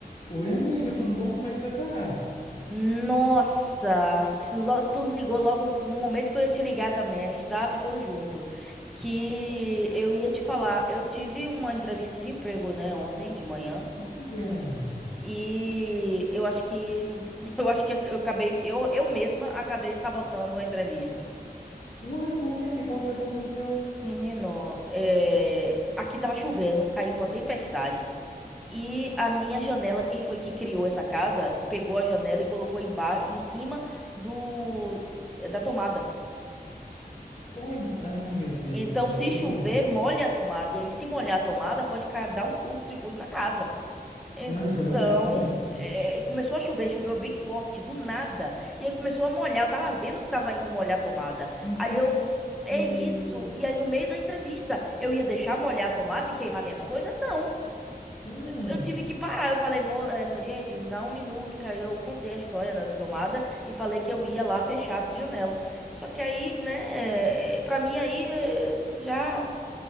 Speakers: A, on the left; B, in the centre.
A: Oi, amiga, tudo bom? Como é que você tá?
B: Nossa, lo- tu ligou logo no momento que eu ia te ligar também. A gente tava pensando junto que eu ia te falar. Eu tive uma entrevista de emprego, né, ontem de manhã.
A: Olha.
B: E eu acho que não- <laughs> eu acho que eu acabei eu, eu mesma acabei sabotando a entrevista.
A: Uai,
B: E,
A: por quê? Me conta o que aconteceu.
B: Menino, é, aqui tava chovendo, caindo uma tempestade. E a minha janela, quem foi que criou essa casa, pegou a janela e colocou embaixo, em cima do da tomada.
A: Oi, ai, meu Deus
B: Então,
A: do céu,
B: se
A: e
B: chover,
A: aí?
B: molha a tomada. E aí, se molhar a tomada, pode ca- dar um curto-circuito na casa. Então,
A: Aham. <laughs>
B: eh, começou a chover, choveu bem forte, do nada. E aí começou a molhar. Eu tava vendo que tava indo molhar a tomada.
A: Meu
B: Aí eu. f- É
A: Deus.
B: isso. E aí, no meio da entrevista, eu ia deixar molhar a tomada e queimar minhas coisas? Não.
A: Hum.
B: Eu tive que parar. Eu falei, "Mo- eh, gente, me dá um minuto, que aí eu contei a história, né, da tomada e falei que eu ia lá fechar a janela. Só que aí, né, eh, pra mim aí eh, já